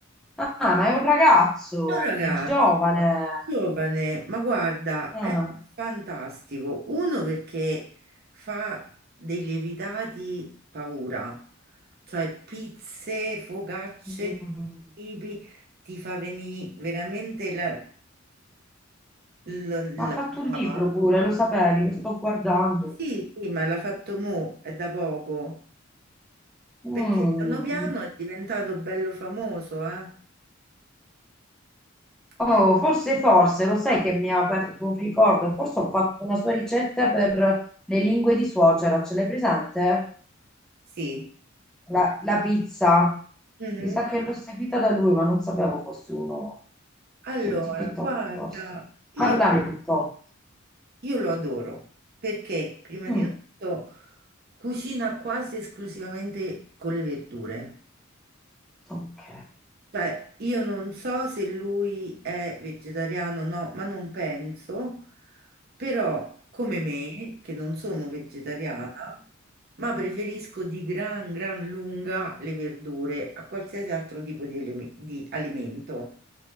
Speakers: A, in the centre; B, on the right.
A: Ah, ma è un ragazzo,
B: È un ragazzo
A: è giovane.
B: giovane, ma guarda,
A: Ah,
B: è fantastico. Uno perché fa dei lievitati paura, cioè pizze, focacce
A: mm.
B: di tutti i tipi, ti fa venire veramente la, la, la
A: Ma ha fatto
B: bava.
A: un libro pure, lo sapevi, lo sto guardando.
B: Sì, sì, ma l'ha fatto mo, è da poco,
A: Mm.
B: perché piano piano è diventato bello famoso, eh?
A: Oh,
B: Per-
A: forse, forse, lo sai che mi ha aperto un ricordo, forse ho fatto una sua ricetta per le lingue di suocera, ce l'hai presente?
B: Sì.
A: La, la pizza.
B: Mhm.
A: Mi sa che l'ho seguita da lui, ma non sapevo fosse uno
B: Allora,
A: su TikTok,
B: guarda,
A: forse.
B: io,
A: Ah, Parlami ok. un po'.
B: io lo adoro perché prima
A: Mm,
B: di tutto cucina quasi esclusivamente con le verdure.
A: ok.
B: Cioè, io non so se lui è vegetariano o no, ma non penso, però come me, che non sono vegetariana, ma preferisco di gran, gran lunga le verdure a qualsiasi altro tipo di, eleme- di alimento,